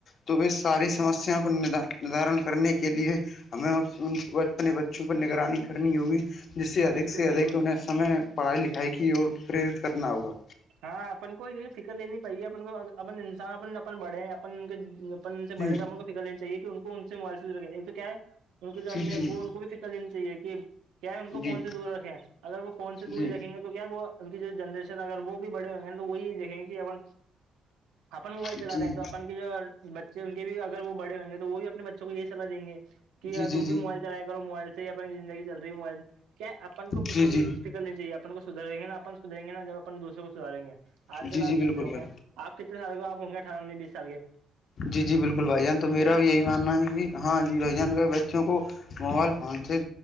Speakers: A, on the left (about 60°); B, on the right (about 85°).
A: تو اس ساری سمسیا کود ندارن کرنے کے لیے ہمیں اپنے بچوں پر نگرانی کرنی ہوگی جس سے ادک
B: بالکل
A: سے ادک
B: بالکل
A: انہیں سمے پڑھائی لکھائی کی اور پرییرت کرنا ہوگا
B: ہاں اپن کو یہ فکر لین پائیے اپن کو اپ انسان اپ اپن بڑھے اپن ان کے اپ ان سے
A: جی
B: بڑے کاموں کو فکر لین چاہے کہ ان کو ان سے مفظے ایک تو کیا ہے ان کے جو امی
A: جی جی
B: ابو ان کو بھی فکر لینی چاہیے کہ کیا ان کو
A: جی
B: فون سے دور رکھیں اگر وہ فون سے دور
A: جی
B: نہیں رکھیں گے تو کیا وہ ان کی جو جنریشن اگر وہ بھی بڑے ہو گے ن تو وہ یہ دیکھیں گے کہ ا اپن موبائل
A: جی
B: چلا
A: جی
B: رہے ہیں تو اپن کی جو بچے ان کے بھی اگر وہ بڑے ہوئ گ تو وہ بھی اپنے بچوں کو یہ صلاح دیں گے کہ
A: جی جی
B: تم
A: جی
B: بھی موبائل چلائے موبائل سے یا اپنی زندگی چل رہی ہو موبائل کیا اپن کو
A: جی
B: خود کو فکرنی چاہیے اپن کو سدھریں گے ناپ اپ سدھریں گے نا جب اپن دوسروں کو سداریں گے
A: جی
B: آج کل
A: جی
B: آپ
A: جی بالکل
B: دیکھ رہے ہوں
A: یار
B: گے آپ کتنے سال کو آپ ہوں گے اٹھہ انی بیس سال کے
A: جی جی بالکل بھائی جان تو میرا
B: ہے نا
A: بھی یہی ماننا ہے کہ ہاں جی بھ جان گئے بچوں کو موبائل فون سے